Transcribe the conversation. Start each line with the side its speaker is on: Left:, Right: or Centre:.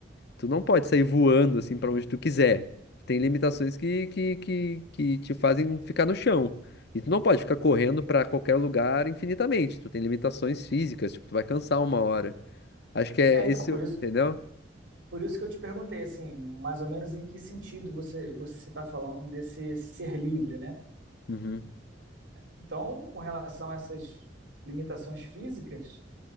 Left: tu não pode sair voando assim pra onde tu quiser. Tem limitações que, que, que, que te fazem ficar no chão. E tu não pode ficar correndo pra qualquer lugar infinitamente. Tu tem limitações físicas, tipo, tu vai cansar uma hora. Acho que é
Right: É, então,
Left: esse,
Right: por
Left: o-
Right: isso,
Left: entendeu?
Right: por isso que eu te perguntei, assim, mais ou menos em que sentido você você está falando desse ser livre, né?
Left: Uhum.
Right: Então, com relação a essas limitações físicas,